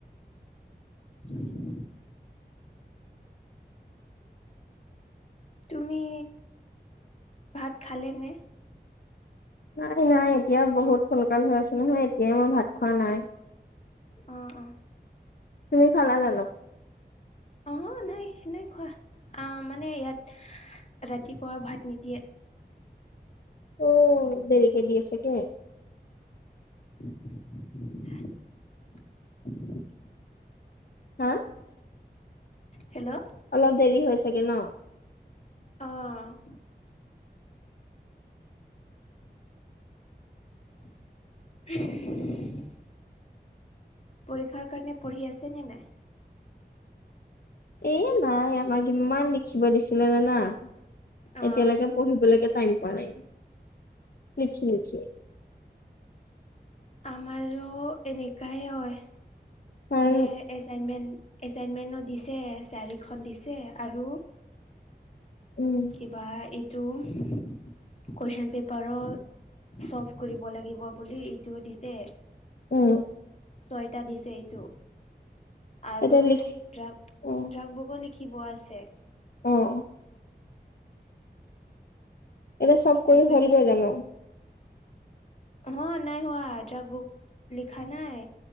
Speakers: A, on the left; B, on the left.
A: জ <inaudible> তুমি ভাত খালে নে?
B: নাই -নাই এতিয়াও বহুত সোনকাল হৈ আছে নহয় এতিয়াই মই ভাত খোৱা নাই।
A: অ ', অ',
B: তুমি খালা জানো?
A: অ, নাই - নাই খোৱা আহ মানে ইয়াত ৰাতিপুৱা ভাত নিদিয়ে।
B: অ, দেৰিকে দিয়ে ছাগে।
A: <inaudible>
B: হা?
A: হেল্ল',
B: অলপ দেৰি হৈ চাগে ন।
A: অ', <unintelligible> পৰীক্ষাৰ কাৰণে পঢ়ি আছে নে নাই?
B: এ নাই আমাক ইমান লিখিব দিছিলে জানা
A: অ',
B: এতিয়ালৈকে পঢ়িব বলৈকে তাইম পোৱা নাই লিখি - লিখি।
A: আমাৰো এনেকুৱাই হয়
B: কাৰণ
A: মানে এ এচাইনমেণ্ট, এচাইনমেন্ট দিছে চাৰিখন দিছে আৰু
B: উম
A: কিবা এইটো কুৱেশ্যন পেপাৰত ছল্ভ কৰিব লাগিব বুলি এইটো দিছে।
B: উম,
A: ছয়টা দিছে এইটো আৰু
B: এতিয়া লিখ
A: ড্ৰাগ -
B: অ
A: ড্ৰাগ বগলী খিব আছে।
B: অ', এইবা চব
A: এইটো
B: কৰি
A: কাৰণে
B: হলগে জানো?
A: অ, নাই হোৱা জাক বুক লিখা নাই।